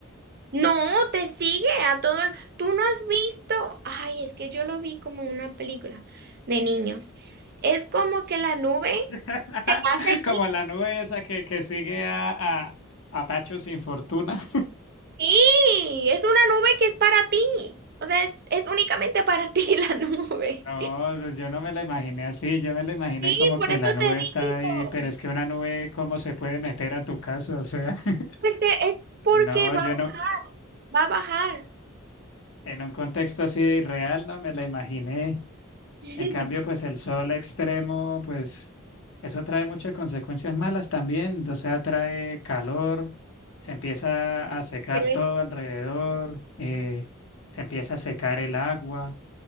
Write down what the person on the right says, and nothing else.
No, te sigue a todo. lo- Tú no has visto. Ay, es que yo lo vi como una película de niños. Es como que la nube
te va a seguir.
Sí, es una nube que es para ti. O sea, es, es únicamente para ti <laughs> la nube.
Sí,
por
eso
te
digo.
Pues te- es
porque
va
a
bajar, va a bajar.
<laughs>
Pero,